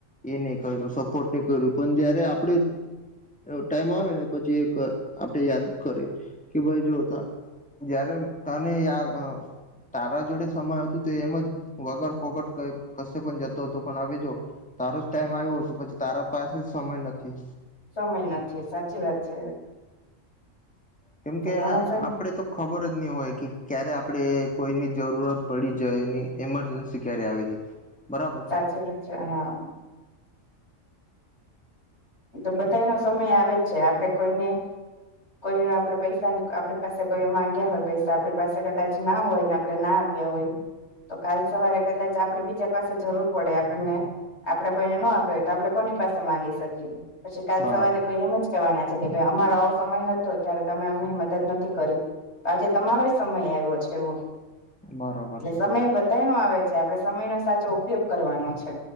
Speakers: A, in the centre; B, on the left.
A: એ નથી કર્યું, સપોર્ટ નથી કર્યો. પણ જ્યારે આપણે.. એવો ટાઈમ આવે ને, પછી એક આપણે યાદ કરીએ કે, ભાઈ, જો ત્યારે... જ્યારે તને યાદ અ.. તારી જોડે સંબંધ હતો તો એમ જ વગર ફોગટ ક્યાંય કસે પણ જતો હતો, પણ અવે જો.. તારો જ ટાઈમ આવ્યો હતો, પછી તારી પાસે જ સમય નથી.
B: સમય નથી સાચી વાત છે.
A: કેમ
B: તે
A: કે
B: ઘણો
A: આ
B: સમય
A: આપડે તો. ખબર જ નહીં હોય કે ક્યારે આપણને કોઈની જરૂર પડે કે ઇમર્જન્સી ક્યારે આવી જાય. બરા..
B: સાચી વાત છે આ તો બધાનો સમય જ છે, આપણે કોઈને... કોઈ આપણને પૈસા આપડી પાસે માંગ્યા હોય પૈસા, આપણી પાસે કદાચ પૈસા ન હોય ને, આપણે ના... માગ્યા હોય તો કાલ સવારે કદાચ આપણે બીજાની જરૂર પડે આપણને. આપણે કોઈને ન આપ્યો હોય તો આપણે કોની પાસે માંગી શકીએ? પછી કાલ
A: બરાબર
B: સવારે કોઈ એમ જ... કહેવાના છે કે, ભાઈ, અમારો આવો સમય હતો ત્યારે તમે અમને મદદ નથી કરી. આજે તમારો સમય આવ્યો છે એવો.
A: બરાબર
B: એટલે
A: છે
B: સમય બધા નો આવે છે આપડે સમય નો સાચો ઉપયોગ કરવાનો છે.